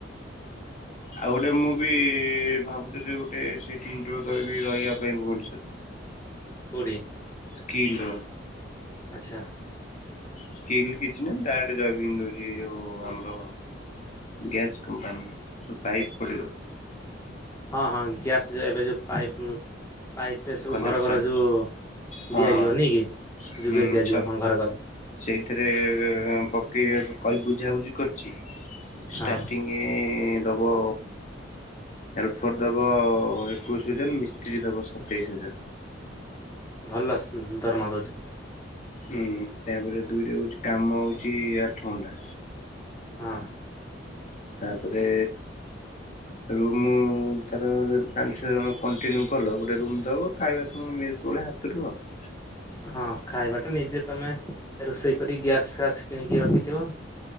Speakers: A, on the left (about 40°); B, on the left (about 15°).
A: ଆଉ ଗୋଟେ ମୁଁ ବି ଭାବୁଥିଲି ଗୋଟେ <unintelligible> କହିବି ରହିବା ପାଇଁ ଭୁବନେଶ୍ୱର।
B: କଉଠି?
A: ସ୍କିଲ ର।
B: ଆଚ୍ଛା।
A: ସ୍କିଲ୍ କିଛି ନାହିଁ <unintelligible> ଜଗି ରହିଛି ଯୋଉ ଆମର ଗ୍ୟାସ୍ କମ୍ପାନୀ ସବୁ ପାଇପ୍ ପଡିବ।
B: ହଁ ହଁ। ଗ୍ୟାସ ଯୋଉ ଏବେ ଯୋଉ ପାଇପ ହୁଁ। ପାଇପ ରେ ସବୁ
A: କନେକ୍ସନ
B: ଘର ଘର ଯୋଉ
A: ହଁ
B: ଦିଆଯିବନି କି? ଯୋଗେଇ
A: ହୁଁ
B: ଦିଆଯିବ
A: ଛ
B: ହଁ ଘର ଘର।
A: ସେଇଥିରେ ପକେଇ କହି ବୁଝାବୁଝି କରିଛି ଷ୍ଟାର୍ଟିଂ
B: ହଁ
A: ଇଏ ଦବ। ହେଲପର ଦବ ଏକୋଇଶ ହଜାର, ମିସ୍ତ୍ରୀ ଦବ ସତେଇଶ ହଜାର।
B: ଭଲ ସ ଉଁ ଦରମା ଦଉଛ।
A: ହୁଁ ତାପରେ ଦୁଇରେ ହଉଛି କାମ ହଉଛି ଆଠ ଘଣ୍ଟା।
B: ହଁ।
A: ତାପରେ ରୁମ ତାର ପାଞ୍ଚ ଛଅ ଜଣ କଣ୍ଟିନ୍ୟୁ କଲ ଗୋଟେ ରୁମ ଦବ ଖାଇବାକୁ ମେସ୍ ଭଳିଆ ହ। <unintelligible>
B: ହଁ ଖାଇବାଟା ନିଜେ ତମେ ରୋଷେଇ କରି ଗ୍ୟାସ୍ ଫ୍ୟାସ କିଣିକି ରଖିଥିବ।